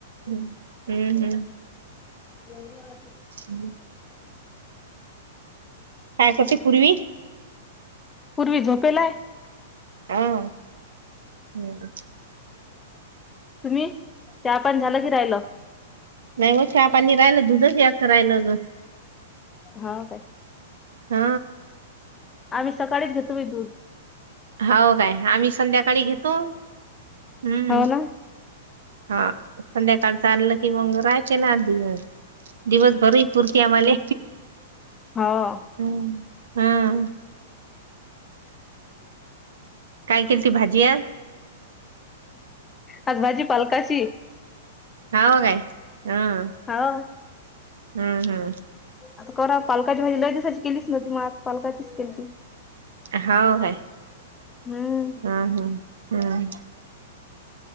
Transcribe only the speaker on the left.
ये
पूर्वी झोपेलांय
तुम्हीं त्यां आपणं झालं की राहिलं
हां कायं
आम्हीं सकाळींच घेतो मी दूधं
हो ना
हां
आंज भाजी पालकांची
हां
आंता करां पालकांची भाजी लंय दिसांची केलीच नव्हती मंग आंज पालकांचीच केली ती
हम्म